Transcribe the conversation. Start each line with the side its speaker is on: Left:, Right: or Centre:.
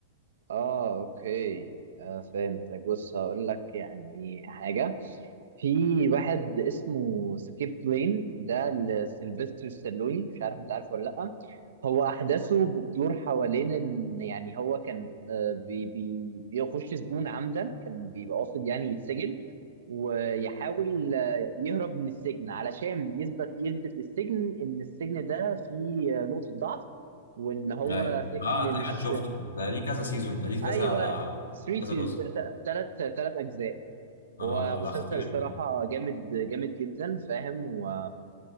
Right: اه اوكي آه فهمتك بص هقول لك يعني حاجة في واحد اسمه سكيب لين ده لسيلفستر ستالوني مش عارف انت عارفه ولا لأ هو أحداثه بتدور حوالين إن يعني هو كان آه، بي بي بيخش سجون عمدا كان بيبقى قاصد يعني يتسجن ويحاول آه، يهرب من السجن علشان يثبت يثبت للسجن إن السجن ده فيه آه، نقطة ضعف وإن هو
Left: ايوه
Right: سجن
Left: اه تقريبا
Right: مش
Left: شفته ده ليه كذا سيزون ده ليه
Right: أيوه
Left: كذا كذا جزء
Right: 3 ثلاث ثلاث أجزاء
Left: اه
Right: هو
Left: آه، لا
Right: مسلسل
Left: خطير
Right: الصراحة
Left: ده
Right: جامد جامد جدا فاهم و...